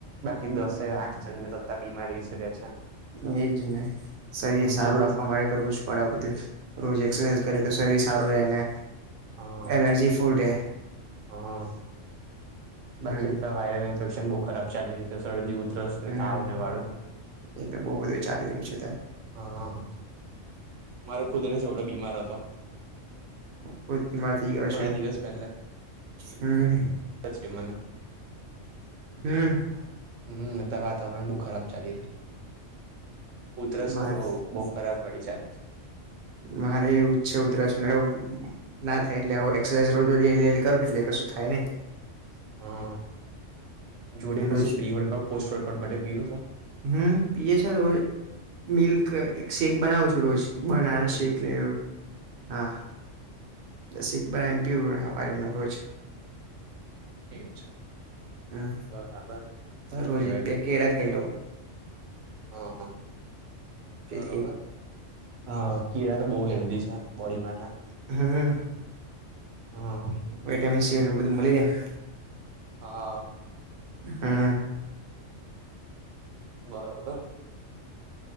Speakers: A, on the right; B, on the right.
A: બાકી દસે આઠ જણને તો અતા બીમારી જ રે છે.
B: હમ એજ ને શરીર
A: હમ
B: સારું
A: બહુ
B: રાખવા માટેે કરવું જ પડે આવું બધું. રોજ એકસરસાઈઝ કરી તો શરીર સારું રહે અને,
A: હા
B: એનર્જી ફૂલ રે.
A: હા બાકી
B: હમ
A: અતા વાઈરલ ઇન્ફેક્શન બહુ ખરાબ ચાલી રયુ. તો શરદી, ઉધરસ ને,
B: હમ
A: તાવને વાળું.
B: એ તો બહુ બધું ચાલી રહ્યું છે
A: હહ હહ મારે ખુદને જ એવડો બીમાર હતો.
B: ખોદીમાંથી ગયો
A: થોડા
B: છે
A: દિવસ પહેલા
B: હમ.
A: <inaudible> મને
B: હમ
A: હમ અતા વાતાવરણ બહુ ખરાબ ચાલી રહ્યું. ઉધરસ
B: મારે
A: તો બહુ બહુ ખરાબ વાડી ચાલશે ‌.
B: મારે એવું છે ઉધરસ ન એવું ના થાય એટલે એક્સરસાઇઝ રોજ રોજ ધીરે ધીરે કરું એટલે કશું થાય નઈ.
A: હહ. જોડે કશું
B: રોજ
A: પ્રી વડકદ પોસ્ટ વડકડ માટે પીઓ છો?
B: હમ પીએ છે ને રોજ મિલ્ક એક શેક બનાવું છું રોજ બનાના. શેકને
A: મિલ્કશેક
B: એવું. હા એટલે શેક બનાવીને પીવું હવારેમાં રોજ.
A: એવું છે?
B: હમ
A: બરાબર. સારું
B: રોજ
A: કેવાય
B: એક બે કેળા ખાઈ લવ.
A: હા હા
B: જેથી
A: બરોબર. હ કેળા તો બઉ હેલ્ધી છે બોડી માટે.
B: હું.
A: હા.
B: વિટામિન સી એ બધું મલી જાય.
A: હા.
B: હું.
A: બરોબર.